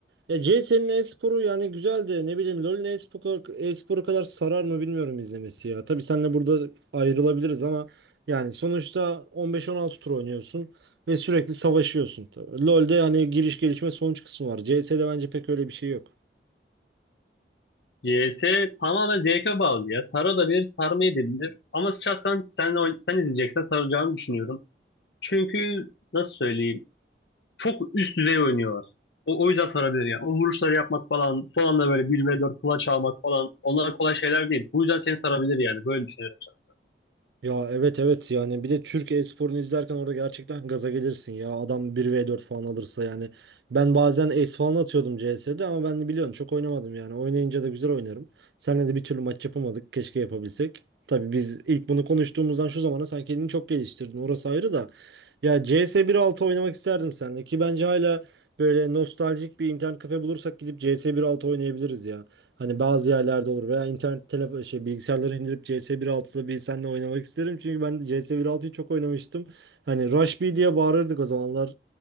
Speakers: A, on the right (about 75°); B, on the left (about 80°).
A: Ya CS'nin e-sporu yani güzel de ne bileyim LoL'ün e-sporu, e-sporu kadar sarar mı bilmiyorum izlemesi ya. Tabii seninle burada ayrılabiliriz ama yani sonuçta 15-16 tur oynuyorsun ve sürekli savaşıyorsun. Tabii. LoL'de hani giriş gelişme sonuç kısmı var. CS'de bence pek öyle bir şey yok.
B: CS tamamen zevke bağlı ya. Sara da bilir, sarmayı da bilir. Ama şahsen sen, oyn- sen izleyeceksen saracağını düşünüyorum. Çünkü nasıl söyleyeyim? Çok üst düzey oynuyorlar. O, o yüzden sarabilir ya. O vuruşları yapmak falan, son anda böyle 1v4 kulaç almak falan. Onlar kolay şeyler değil. Bu yüzden seni sarabilir yani. Böyle düşünüyorum şahsen.
A: Ya evet evet yani bir de Türk e-sporunu izlerken orada gerçekten gaza gelirsin ya. Adam bir v 4 falan alırsa yani. Ben bazen ace falan atıyordum CS'de ama ben de biliyorsun çok oynamadım yani. Oynayınca da güzel oynarım. Seninle de bir türlü maç yapamadık. Keşke yapabilsek. Tabii biz ilk bunu konuştuğumuzdan şu zamana sen kendini çok geliştirdin. Orası ayrı da. Ya CS 1.6 oynamak isterdim seninle ki bence hala böyle nostaljik bir internet kafe bulursak gidip CS 1.6 oynayabiliriz ya. Hani bazı yerlerde olur veya internet telefon şey bilgisayarları indirip CS 1.6'da bir nokta altıda bir seninle oynamak isterim. Çünkü ben CS 1.6'yı çok oynamıştım. Hani Rush B diye bağırırdık o zamanlar.